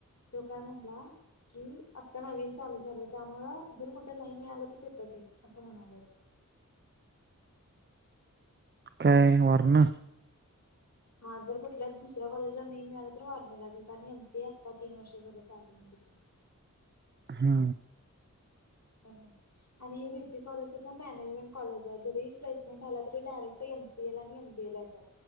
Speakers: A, on the left (about 55°); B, on the right (about 35°).
A: तो काय म्हणला कि आत्ता नवीन चालू झालं त्यामुं जर कुठे नाही मिळालं तर तिथं घे असं म्हणालंेत
B: काय वार ना
A: हा जर कुठल्या दुसऱ्या कॉलेजला नाही मिळालं तर वारणे लागेल कारण एमसीए आत्ता तीन वर्ष झालं चाल ते <unintelligible>
B: हा
A: म्हणून आणि हे बीपी कॉलेज कस मॅनेजमेंट कॉलेज जरी प्लेसमेंट झाला तरी डायरेक्ट एमसीए ला आणि एमबीए ला येतात.